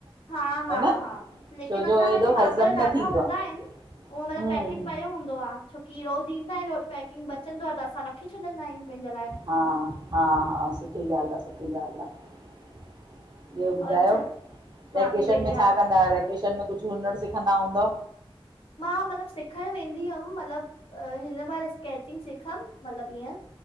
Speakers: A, on the left; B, on the right.
A: हा
B: ह
A: हा
B: न
A: हा, लेकिन
B: छोजो
A: असां
B: एॾो
A: वटि पापड़
B: हज़म
A: ॾाढा
B: न थींदो
A: हूंदा
B: आ
A: आहिनि। उहो मतलबु
B: हम्म
A: पैकेट
B: हम्म,
A: पियो हूंदो आहे, छोकी रोज़ इंदा आइन्न ओर पैकिंग चंदो आहे त असां रखे छॾंदा आहियूं पंहिंजे लाइ।
B: हा हा हा सुठी ॻाल्हि आ सुठी ॿियो ॿुधायो
A: और छा
B: वेकेशन
A: मां बि बढ़िया
B: छा कंदा आयो? किचन में कुझु हुनरु सिखंदा हूंदा
A: मां मतलबु सिखणु वेंदी हुयमि, मतलबु हिन बार स्केचिंग सिखियमि मतलबु हअं।